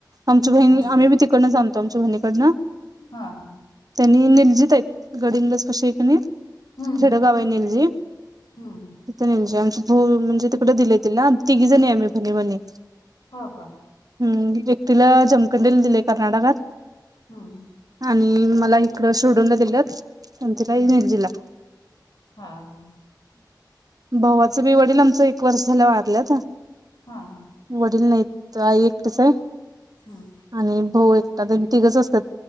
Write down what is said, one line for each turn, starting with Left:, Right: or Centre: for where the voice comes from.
Right: आमची बहिण
Left: हा
Right: आम्ही बी तिकडनं आणतो आमच्या बहिणीकडनं
Left: हा हा
Right: त्यांनी निलजित आहेत. गडिंग्लज कशी आहे कणी
Left: हम्म
Right: खेडगाव
Left: हम्म
Right: आहे निलजी
Left: हम्म हम्म.
Right: निजामभू म्हणजे तिकडे दिलय तिला तिघी जनी आहे आम्ही बहिणी बहिणी
Left: हो का.
Right: हम् ऐकटीला जमखंडेल दिलय कर्नाटकात.
Left: हम्म.
Right: आणि मला इकडं शिरढोणला दिल्यात आमची बहिण
Left: हम्म
Right: निलजिला.
Left: हा हा.
Right: भावाच
Left: बरे
Right: बी वडील आमचं एक वर्ष झालं वारल्यात
Left: हा हा
Right: वडील नाहीत आई एकटेच आहे.
Left: हम्म
Right: आणि भाऊ एकटा द तिघच असतात